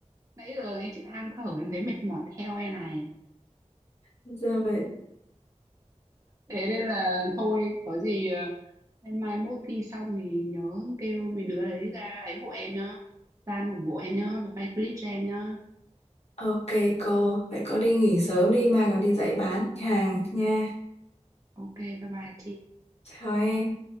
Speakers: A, on the right; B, on the left.
A: nãy giờ nghe chị than thở em thấy mệt mỏi theo em này
B: giờ vậy
A: thế nên là thôi có gì ờ, em mai mốt thi xong thì nhớ kêu mấy đứa đấy ra ấy hộ em nhá San ủng hộ em nhá rồi quay clip cho em nhá
B: Ok cô, vậy cô đi nghỉ sớm đi mai còn đi dạy bán hàng nha.
A: ok bye bye chị
B: Chào em.